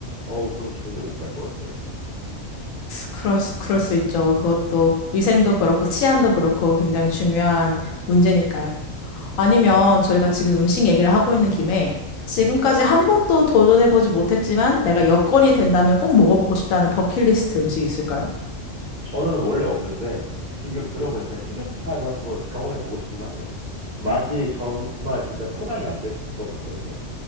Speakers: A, on the right; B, on the left.
A: 어우, 저는 절대 못 갈 것 같아요.
B: 그럴 수, 그럴 수 있죠. 그것도 위생도 그렇고 치안도 그렇고 굉장히 중요한 문제니까요. 아니면 저희가 지금 음식 얘기를 하고 있는 김에 지금까지 한 번도 도전해보지 못했지만 내가 여건이 된다면 꼭 먹어보고 싶다는 버킷리스트 음식 있을까요?
A: 저는 원래 없는데, 지금 들어보니까 시금치카레 한번 경험해보고 싶긴 하네요. 맛이 정말 진짜 상상이 안 될 것 같거든요.